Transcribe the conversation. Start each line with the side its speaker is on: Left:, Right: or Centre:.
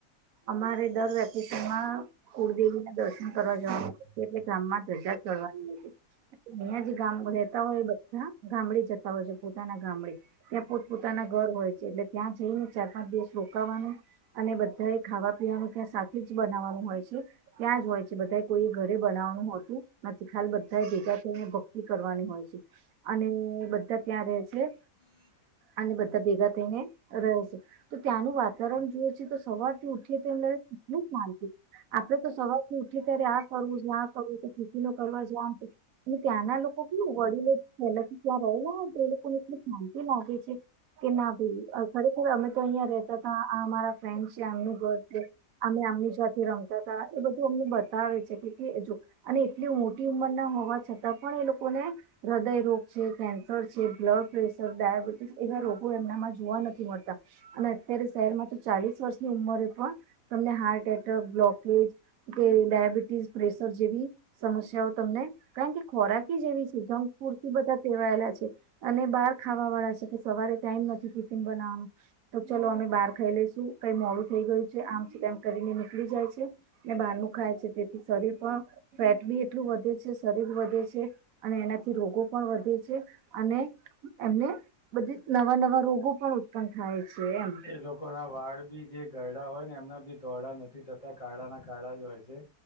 Right: અમારે દર વેકેશનમાં કુળદેવી ના દર્શન કરવા જવા છે એટલે ગામમાં ધ્વજા <unintelligible> અહિયાં જે ગામ રેતા હોય એ બધા ગામડે જતા હોય છે પોતાના ગામડે ત્યાં પોત પોતાના ઘર હોય છે એટલે ત્યાં જઈને ચાર પાંચ દિવસ રોકાવાનું અને બ બધા ખાવા પીવાનું ત્યાં સાથે જ બનાવાનું હોય છે ત્યાં જ હોય છે બધાએ કોઈએ ઘરે બનાવવાનું હોતું નથી ખાલ બધા એ ભેગા થઈને ભક્તિ કરવાની હોય છે અને બધા ત્યાં રેય છે
Left: <inaudible>
Right: અને બધા ભેગા થઈને રહે છે તો ત્યાંનું વાતાવરણ જોવે છે તો સવારથી ઉઠી તો એમ લાગે કેટલું શંતી આપડે તો સવારથી ઉઠી ત્યારે આ કરવું <inaudible> ખેતી ન કરવા <inaudible> અને ત્યાંના લોકો કેવું વડીલો પહેલાથી ત્યાં રહેલા હોય તો એ લોકોને એટલ શાંતિ લાગે છે કે ના ભાઈ ખરેખર અમે તો અહિયાં રેતા હતા અમારા ફ્રેન્ડ છે એમનું ઘર છે અમે આમની સાથે રમતા હતા એ બધું અમને બતાવે છે કે જો અને એટલી મોટી ઉંમરના હોવા છતાં પણ એ લોકોને હૃદયરોગ છે કેન્સર છે બ્લડ પ્રેશર ડાયાબિટીસ એવા રોગો એમનામાં જોવા નથી મળતા અને અત્યારે શહેરમાં તો ચાલીસ વર્ષની ઉંમરે પણ તમને હાર્ટ એટેક બ્લોકેજ કે ડાયાબિટીસ પ્રેશર જેવી સમસ્યાઓ તમને કારણ કે ખોરાકી જેવી સિધમ પૂરતી બધા પેવાયેલા છે અને બહાર ખાવા વાળા છે કે સવારે ટાઈમ નથી કિફિન બનાવાનું તો ચલો અમે બહાર ખાઈ લઈ ું કઈ મોડું થઈ ગયું છે આમ છે તેમમ કરીને નીકળી જાય છે ને બહારનું ખાય છે તેથી શરીર પણ ફેટ બી એટલું વધે છે શરીર વધે છે અને એનાથી રોગો પણ વધે છે અને એમને બધી નવા નવા રોગો પણ ઉત્પન્ન થાય છે એમ
Left: એ લોકો ના વાળ બી જે ગરડા હોય ને એમના બી ધોડા નથી થતા કાળા ના કાળા જ હોય છે